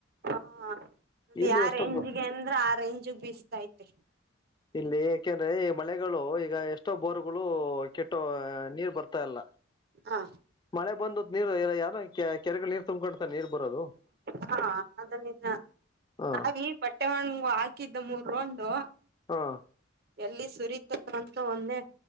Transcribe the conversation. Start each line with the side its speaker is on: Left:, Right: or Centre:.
Right: ಹಾ ಅದು
Left: ಇಲ್ಲಿ
Right: ಯ
Left: ಎಷ್ಟೋ
Right: ರೇಂಜ್ಗೆ
Left: ಬೊ-
Right: ಅಂದ್ರ ಆ ರೇಂಜಗ್ ಬಿಸತೈತೆ.
Left: ಇಲ್ಲಿ ಏಕೆಂದ್ರೆ ಈ ಮಳೆಗಳು ಈಗ ಎಷ್ಟೋ ಬೋರ್ಗಳು ಕೆಟ್ಟೋ ನೀರ್ ಬರ್ತಾಲ್ಲ.
Right: ಹ
Left: ಮಳೆ ಬಂದ ನೀರ್ ಯಾರ ಕೆರೆಗಳ ನೀರ್ ತುಂಬ್ಕೊತ ನೀರ್. ಬರೋದು
Right: ಹಾ ಅದು ನಿಜ.
Left: ಹ್ಮ್
Right: ನಾವಿ ಬಟ್ಟೆ ಹಣ ಹಾಕಿದ್ದ ಮೂರ್ ರೊಂಡು.
Left: ಹಾ.
Right: ಎಲ್ಲಿ ಸುರಿತಂತ ಒಂದೇ